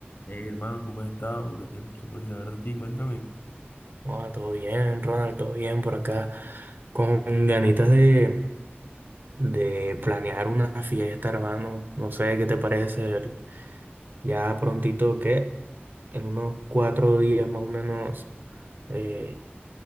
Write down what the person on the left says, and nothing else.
Hey, hermano, ¿cómo has estado? ¿Qué tiempo se puede saber de ti? Cuéntame.